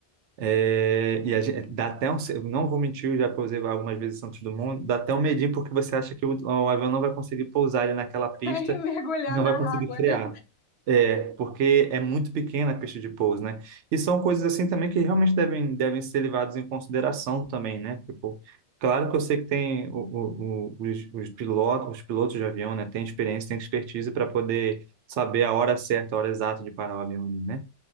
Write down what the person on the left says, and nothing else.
Aí mergulhar
na
água,
né?